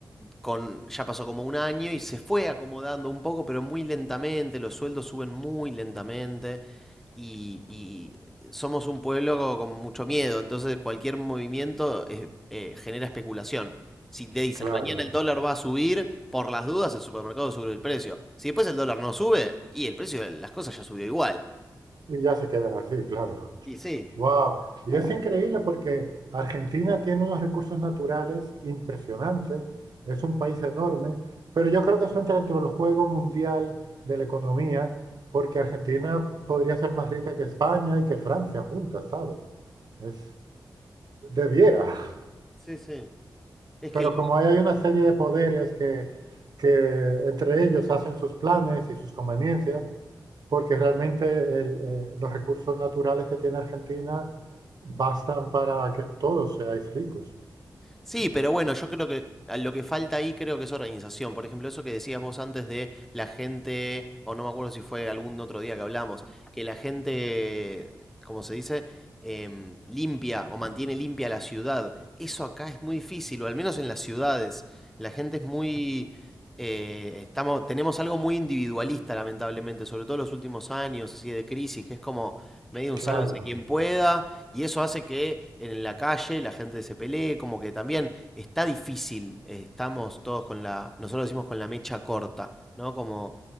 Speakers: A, in the centre; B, on the right.
A: con, ya pasó como un año y se fue acomodando un poco, pero muy lentamente, los sueldos suben muy lentamente y, y somos un pueblo con mucho miedo, entonces cualquier movimiento eh, eh, genera especulación. Si te dicen
B: claro.
A: mañana el dólar va a subir, por las dudas el supermercado sube el precio. Si después el dólar no sube, y el precio de las cosas ya subió igual.
B: Y ya se quedan así, claro.
A: Y sí,
B: Wow. Y es increíble porque Argentina tiene unos recursos naturales impresionantes, es un país enorme, pero yo creo que eso entra dentro del juego mundial de la economía, porque Argentina podría ser más rica que España y que Francia juntas, ¿sabes? Es, debiera. <laughs>
A: sí, sí. Es que
B: Pero como ahí hay una serie de poderes que, que entre ellos hacen sus planes y sus conveniencias, porque realmente el, eh, los recursos naturales que tiene Argentina bastan para que todos seáis ricos.
A: Sí, pero bueno, yo creo que a lo que falta ahí creo que es organización. Por ejemplo, eso que decías vos antes de la gente, o no me acuerdo si fue algún otro día que hablamos, que la gente, como se dice, em, limpia o mantiene limpia la ciudad. Eso acá es muy difícil, o al menos en las ciudades. La gente es muy... eh, estamos, tenemos algo muy individualista, lamentablemente, sobre todo en los últimos años, así de crisis, que es como medio un
B: Claro,
A: sálvese quien pueda, y eso hace que en la calle la gente se pelee, como que también está difícil, eh, estamos todos con la, nosotros decimos con la mecha corta, ¿no? Como,